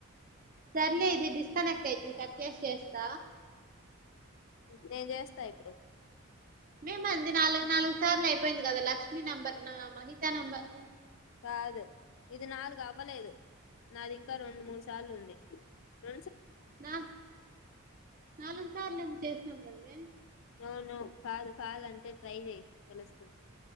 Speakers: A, on the right (about 40°); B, on the left (about 65°).
A: సర్లే ఇది డిస్కనెక్ట్ అయితుంది కట్ చేసి చేస్త
B: నేన్ చేస్త ఇప్పుడు
A: మేమంది నాలుగు నాలుగు సార్లు అయిపోయింది గదా లక్ష్మీ నెంబర్ నా మహితా నంబర్
B: కాదు ఇది నాలుగు అవ్వలేదు నాది ఇంకా రెండు మూడు సార్లు ఉంది ఉ
A: న నాలుగు సార్లు ఏమో చేసిన కదా మే
B: నోనో కాదు కళ్ళంటే ట్రై చేయి తెలుస్తు